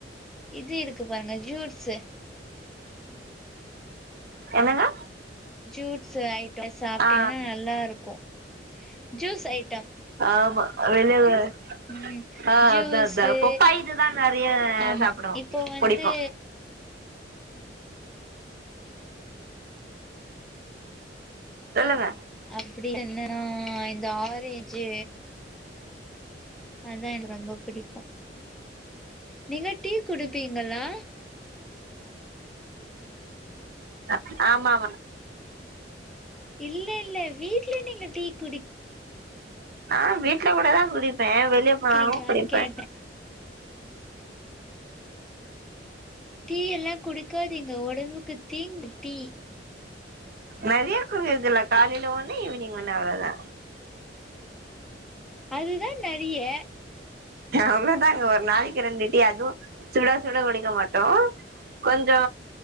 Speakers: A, in the centre; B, on the right.
A: இது இருக்கு பாருங்க ஜூட்ஸ்ஸு
B: என்னங்க
A: ஜூட்ஸு ஐட்ட சாப்ட்டீங்கன்னா
B: ஆ
A: நல்லா இருக்கு ஜூஸ் ஐட்டம்
B: ஆமா <unintelligible>
A: ம்
B: ஆ
A: ஜூஸு
B: அதா அதா பொப்பாய் இதுதா நறைய
A: ஆமா
B: சாப்டுவோ
A: இப்போ வந்து
B: குடிப்போ சொல்லுங்க
A: அப்டி என்னன்னா இந்த ஆரேஞ்சு அதா எனக்கு ரொம்ப புடிக்கு நீங்க டீ குடுப்பீங்களா
B: அ ஆமாமா
A: இல்ல இல்ல வீட்ல நீங்க டீ குடி
B: ஆ வீட்ல கூடதா குடிப்பே வெளிய
A: குடிக்கிறீங்களான்னு
B: போனாலு குடிப்ப
A: கேட்டே டீ எல்லா குடுக்காதிங்க ஒடம்புக்கு தீங் டீ
B: நெறையா குரியதில்ல காலைல ஒண்ணு ஈவினிங் ஒண்ணு அவ்ளதா
A: அதுதா நெறைய
B: அவ்ளோதாங்க ஒரு நாளைக்கு ரெண்டு டீ அதுவு சுட சுட குடிக்க மாட்டோ கொஞ்சோ